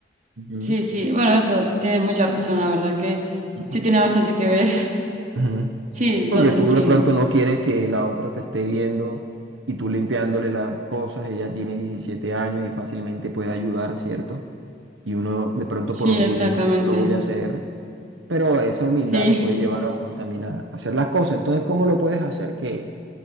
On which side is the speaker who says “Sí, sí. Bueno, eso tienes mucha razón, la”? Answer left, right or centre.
Right